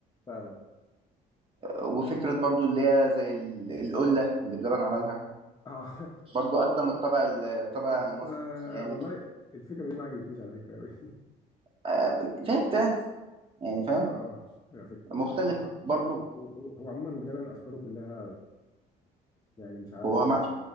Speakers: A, on the left; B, on the right.
A: فعلا
B: وفكره برضو اللي هي زي ال- القله اللي بلبن عملها
A: اه
B: برضو اخدة من الطابع ال- الطابع
A: <laughs> بس
B: المصري
A: آه،
B: يعني
A: والله الفكره دي ما عجبتنيش على فكره قوي
B: آه، فيها اجتهاد يعني فاهم
A: اه اه هي فكرة
B: مختلف
A: هو
B: برضو
A: يعني هو هو عموما بلبن افكاره كلها يعني مش عارف
B: هو مع
A: يعني